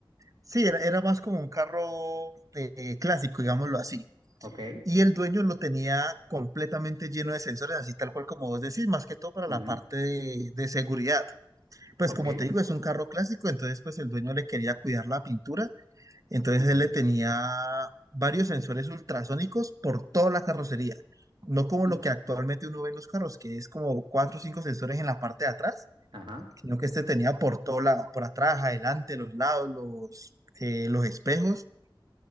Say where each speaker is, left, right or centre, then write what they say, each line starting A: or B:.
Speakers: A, on the right; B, on the right.
A: sí, era, era más como un carro eh, clásico, digámoslo así.
B: Ok.
A: Y el dueño lo tenía completamente lleno de sensores, así tal cual como vos decís, más que todo para
B: ujú,
A: la parte de de seguridad. Pues
B: Ok.
A: como te digo, es un carro clásico, entonces pues el dueño le quería cuidar la pintura, entonces
B: Ujú,
A: él le tenía varios sensores ultrasónicos por toda la carrocería, no como
B: mm,
A: lo que actualmente uno ve en los carros, que es como cuatro o cinco sensores en la parte de atrás,
B: Ajá.
A: sino que este tenía por todo la, por atrás, adelante, los lados, los, eh, los espejos,